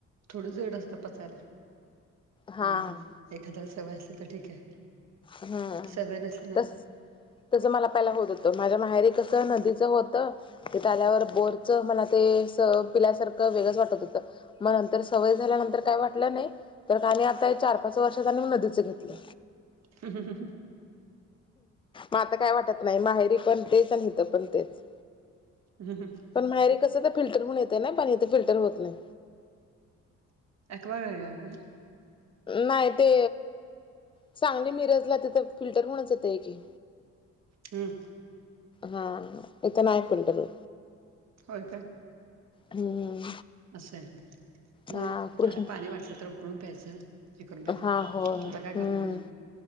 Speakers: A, on the right; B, on the left.
A: थोडं जड असतं पचायला.
B: हा
A: म्हणजे एखाद्या सवय असली तर ठीक आहे.
B: हम्म
A: सवय नसली ना
B: तस तसं मला पहिला होत होत माझ्या माहेरी कसं नदीचं होतं. ते आल्यावर बोरचं मला ते स पिल्यासारखं वेगळंच वाटत होतं मग नंतर सवय झाल्यानंतर काय वाटलं नाही. तर काने आता चार पाच वर्षातनी नदीचं घेतलं.
A: हम हं ह हं
B: आता काय वाटत नाही माहेरी पण तेच आणि इथ पण तेच.
A: हा हा
B: पण माहेरी कसं तर फिल्टर होऊ येते नाही पण इथे फिल्टर होत नाही.
A: एक्वागार्ड आहे का?
B: नाही ते सांगली मिरजला तिथं फिल्टर होऊनच येत आहे की.
A: हम्म
B: हा इथं नाही फिल्टर.
A: होय काय?
B: हम्म
A: असंय नाही
B: हा कृष्ण
A: काय पाणी वाटलं तर उकळून प्यायचं. ही करून प्यायच
B: हा
A: आता
B: हो हम्म
A: काय करणार ना